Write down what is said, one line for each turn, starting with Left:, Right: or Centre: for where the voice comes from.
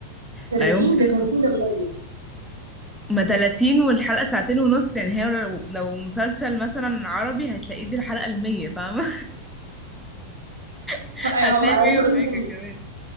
Right: 30
Centre: لا يمكن
Right: ده 30
Centre: اصلا
Right: ده قليل
Centre: ما تلاتين والحلقة ساعتين ونص يعني هي لو لو مسلسل مثلا عربي هتلاقيه دي الحلقة المية فاهمة <laughs>
Right: ايوه
Centre: هتلاقي
Right: هم عايزه
Centre: مية وحاجة
Right: اقول لك إن-
Centre: كمان